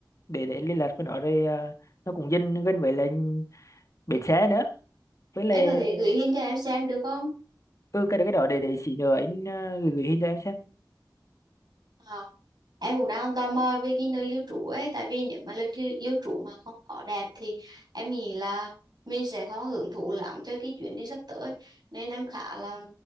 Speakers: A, on the left (about 45°); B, on the right (about 65°).
A: để để anh liên lạc với nó rồi à, nó cũng dân gần với là bến xe nữa với lại
B: em có thể gửi hình cho em xem được không?
A: ừ cái cái đó để để xí nữa anh ờ, gửi gửi hình cho em xem
B: Ờ. Em cũng đang tò mò về cái nơi lưu trú ấy, tại vì nếu mà nơi lưu, lưu trú mà không có đẹp thì em nghĩ là mình sẽ không hưởng thụ lắm cho cái chuyến đi sắp tới, nên em khá là